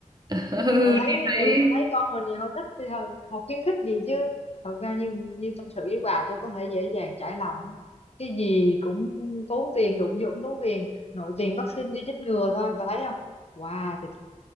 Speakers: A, on the right; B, on the left.
A: Ừ,
B: họ thấy
A: thì thấy
B: ừ tao thấy con mình vậy họ thích thì họ, họ khuyến khích gì chứ thật ra như như tâm sự với bà tôi có thể dễ dàng trải lòng á cái gì cũng tốn tiền đụng vô cũng tốn tiền nội tiền vaccine đi chích ngừa thôi bà thấy không wow thì,